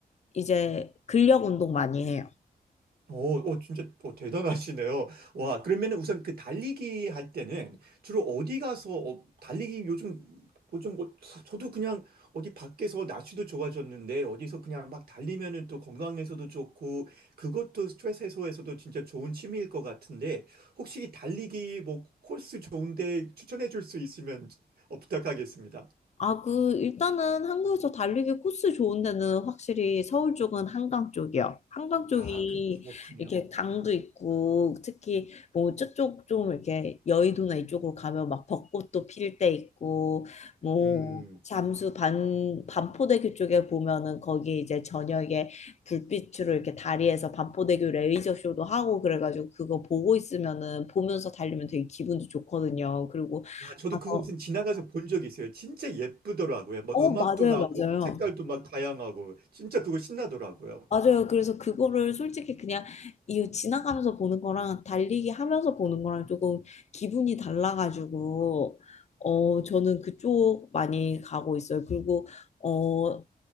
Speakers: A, on the left; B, on the right.
A: 이제 근력 운동 많이 해요.
B: 오, 오, 진짜 어, 대단하시네요. 와, 그러면 은 우선 그 달리기 할 때는 주로 어디 가서 어, 달리기 요즘 뭐좀 뭐, 저도 그냥 어디 밖에서 날씨도 좋아졌는데 어디서 그냥 막 달리면은 또 건강에서도 좋고 그것도 스트레스 해소에서도 진짜 좋은 취미일 것 같은데 혹시 이 달리기 뭐 코스 좋은데 추천해 줄 수 있으면 어, 부탁하겠습니다.
A: 아, 그, 일단은 한국에서 달리기 코스 좋은 데는 확실히 서울 쪽은 한강 쪽이요. 한강 쪽이
B: 아, 그 그렇군요.
A: 이렇게 강도 있고, 특히 뭐 저쪽 좀 이렇게 여의도나 이쪽으로 가면 막 벚꽃도 필 때 있고, 뭐
B: 음.
A: 잠수 반, 반포대교 쪽에 보면은 거기 이제 저녁에 불빛으로 이렇게 다리에서 반포대교 레이저 쇼도 하고 그래가지고 그거 보고 있으면은 보면서 달리면 되게 기분도 좋거든요. 그리고
B: 아, 저도
A: 가서,
B: 그거 무슨 지나가서 본 적이 있어요. 진짜 예쁘더라고요. 막
A: 어,
B: 음악도
A: 맞아요,
B: 나오고
A: 맞아요.
B: 막 색깔도 막 다양하고 진짜 그거 신나더라고요.
A: 맞아요. 그래서 그거를 솔직히 그냥 이 지나가면서 보는 거랑 달리기 하면서 보는 거랑 조금 기분이 달라가지고 어 저는 그쪽 많이 가고 있어요. 그리고 어